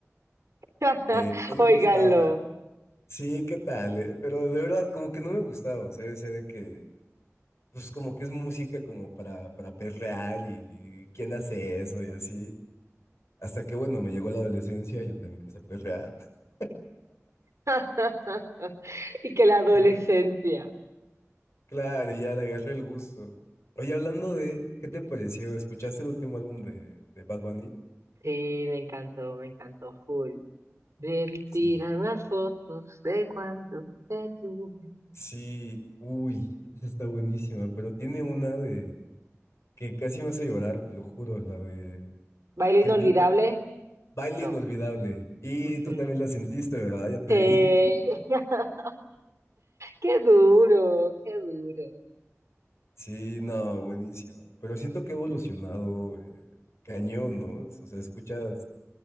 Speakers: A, on the right; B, on the left.
A: <laughs>
B: eh, no me
A: Óiganlo.
B: gustaba. Sí, ¿qué tal? eh? Pero de verdad, como que no me gustaba. O sea, yo decía de que, pues como que es música como para, para perrear y, y quién hace eso y así. Hasta que, bueno, me llegó la adolescencia, yo también quise perrear. <laughs>
A: <laughs> Y que la adolescencia.
B: Y ya. Claro, ya le agarré el gusto. Oye, hablando de, ¿qué te pareció? ¿Escuchaste el último álbum de, de Bad Bunny?
A: Sí, me encantó, me encantó full. Debí
B: Sí.
A: tirar más fotos de cuánto te tuve.
B: Sí, uy, <laughs> esa está buenísima, pero tiene una de que casi me hace llorar, te lo juro, la de
A: ¿Baile
B: que
A: inolvidable?
B: empieza Baile
A: No.
B: Inolvidable. Y
A: Ujú.
B: tú también la sentiste, ¿verdad? Ya te
A: Sí.
B: vi. <laughs>
A: <laughs> Qué duro, qué duro.
B: Sí, no, buenísima. Pero siento que ha evolucionado eh, cañón, ¿no? O sea, escuchas